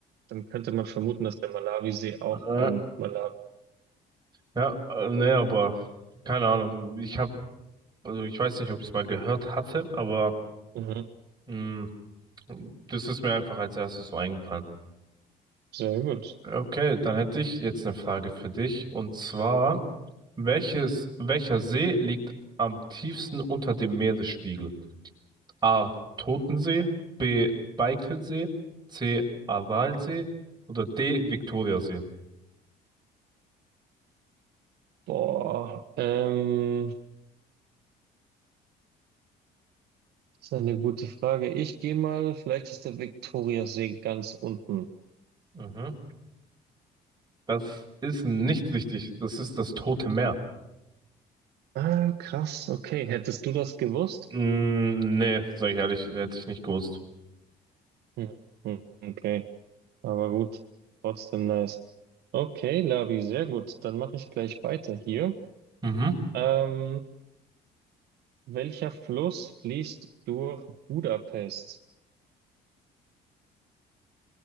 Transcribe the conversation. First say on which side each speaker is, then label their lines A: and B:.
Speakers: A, on the right; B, on the right.
A: Dann könnte man vermuten, dass der Malawisee auch
B: äh,
A: an Malawi.
B: ja, äh, nee, aber keine Ahnung. Ich hab, also ich weiß nicht, ob ich es mal gehört hatte, aber
A: Mhm.
B: mh, das ist mir einfach als erstes so eingefallen.
A: Sehr gut.
B: Okay, dann hätte ich jetzt eine Frage für dich. Und zwar, welches, welcher See liegt am tiefsten unter dem Meeresspiegel? A. Totensee, B. Baikalsee, C. Aralsee oder D. Viktoriasee?
A: Boah, ähm, das ist eine gute Frage. Ich gehe mal, vielleicht ist der Viktoriasee ganz unten.
B: Mhm. Das ist nicht richtig. Das ist das Tote Meer.
A: Ah, krass. Okay. Hättest du das gewusst?
B: Mm, nee, sag ich ehrlich, hätte ich nicht gewusst.
A: Hm. hm, Okay. Aber gut. Trotzdem nice. Okay, Labi, sehr gut. Dann mache ich gleich weiter hier.
B: Mhm.
A: Ähm, Welcher Fluss fließt durch Budapest?